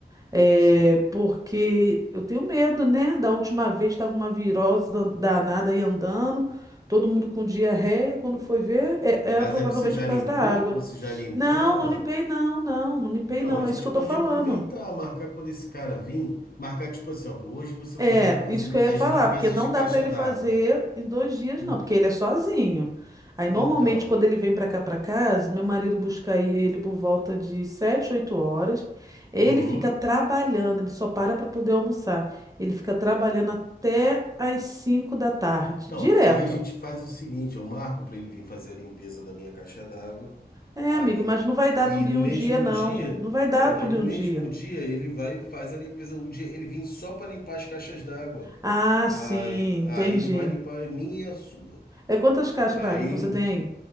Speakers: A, on the right; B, on the left.
A: é,
B: sei.
A: porque eu tenho medo, né? Da última vez tava uma virose dan- danada aí andando, todo mundo com diarreia, quando foi ver, é- era
B: Mas
A: provavelmente
B: aí você já
A: por causa
B: limpou?
A: da água.
B: Você já limpou
A: Não,
B: ou
A: não
B: não?
A: limpei não, não, não limpei
B: Então,
A: não,
B: a gente
A: é isso que eu
B: pode
A: tô falando.
B: aproveitar, marcar quando esse cara vir, marcar tipo assim, ó, hoje você
A: É,
B: vai vir para fazer
A: isso que
B: li-
A: eu ia
B: as
A: falar,
B: limpezas
A: porque não
B: de caixa
A: dá para ele
B: d'água,
A: fazer em dois dias,
B: tudo.
A: não, porque ele é sozinho. Aí, normalmente,
B: Então,
A: quando ele vem para cá para casa, meu marido busca aí ele por volta de sete, oito horas. Ele
B: uhum.
A: fica trabalhando, ele só para para poder almoçar. Ele fica trabalhando até às cinco da tarde,
B: Então,
A: direto.
B: aí a gente faz o seguinte, eu marco para ele vir fazer a limpeza da minha caixa d'água.
A: É,
B: Aí
A: amigo,
B: ele.
A: mas não vai dar
B: E
A: tudo
B: no
A: em
B: mesmo
A: um dia, não.
B: dia.
A: Não vai dar
B: Então,
A: tudo
B: aí no
A: em um
B: mesmo
A: dia.
B: dia ele vai e faz a limpeza. O dia ele vem só para limpar as caixas d'água.
A: Ah,
B: Aí,
A: sim,
B: aí
A: entendi.
B: ele vai limpar a minha e a sua.
A: É quantas caixas
B: Aí
A: d'água que você
B: um,
A: tem aí?